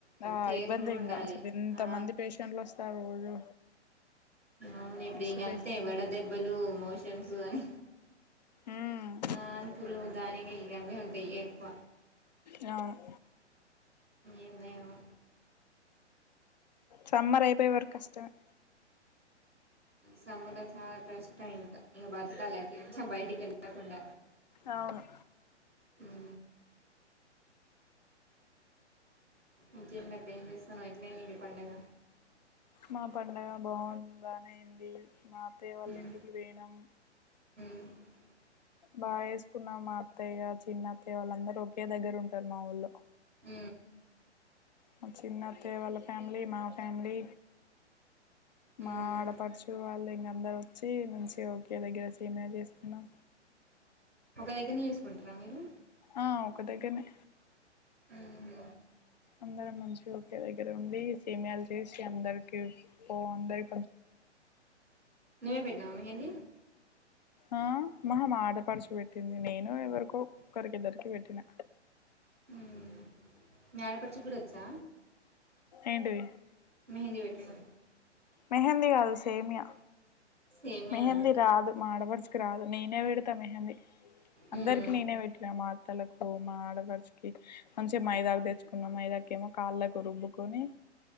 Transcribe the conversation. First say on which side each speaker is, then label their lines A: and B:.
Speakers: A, on the left; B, on the right.
A: ఆ
B: కేర్ఫుల్గా
A: ఇబ్బంది
B: ఉండాలి.
A: ఇంగా అసలు ఎంత
B: ఆ
A: మంది పేషెంట్లు వస్తారు రోజు
B: అవును ఇప్పుడు
A: మస్తు
B: ఇగ అంతే
A: పేషెంట్లు
B: వడదెబ్బలు,
A: వస్తారు.
B: మోషన్స్. దువని.
A: ఉమ్
B: ఆ అంతులో దానికి గావే ఉంటాయి. ఎక్కువ
A: రావ్ ‌.
B: ఏందో ఏమో.
A: సమ్మర్ అయిపోయే వరకు కష్టమే.
B: సమ్మర్ లో చాలా కష్టం ఇంకా. ఇంకా బ్రతకాలి కొంచెం బయటికి వెళ్ళకుండా.
A: అవును‌.
B: ఉ ఇంకేం బట్టి ఏం చేస్తానవు. ఎట్లా అయింది మీ పండుగ.
A: మా పండగ బాగుంది. పనైంది మాక్ అత్తయ్య వాళ్ళ
B: మ్మ్
A: ఇంటికి వెయినం.
B: <inaudible>
A: బాగా చేసుకున్నాం. మా అత్తయ్య, చిన్నత్తయ్య వాళ్ళందరు ఒకే దగ్గర ఉంటారు. మావోళ్ళు.
B: ఊ
A: మా చిన్న అత్తయ్య వాళ్ళ ఫ్యామిలీ. మా ఫ్యామిలీ.
B: మ్మ్
A: మా ఆడపడుచు వాళ్ళు ఇంగా అందరు వచ్చి మంచిగా ఓకే దగ్గర సేమియా చేసుకున్నాం.
B: ఒక దగ్గరనే చేసుకుంటారా. మీరు
A: ఆ ఒక దగ్గరనే.
B: హు హు
A: అందరు మంచియో ఒకే దగ్గర ఉండి. సెమియాలు చేసి చి అందరికి పో అందరి
B: నువ్వే పెట్ నామ ఏంది.
A: ఆ మహమ్ ఆడపడుచు వెట్ పెట్టింది. నేను ఎవరికో ఒకరికిద్దరికి వెట్టినా.
B: మ్మ్ మీ ఆడపడుచు గుడా వచ్చా.
A: ఏంటిది.
B: మెహందీ పెట్టడం.
A: మెహందీ. కాదు సేమ్యా.
B: సేమేనా
A: మెహందీ రాదు. మాడపడుచుకి రాదు. నేనే పెడతా మెహందీ. అందరికి
B: మ్మ్
A: నేనే పెట్టినా మా అత్తలకూ మా ఆడపడుచుక్ కి. మంచిగ మైదాక్ తెచ్ కున్న మైదాకేమో కాళ్ళకు రుబ్బు కొనీ.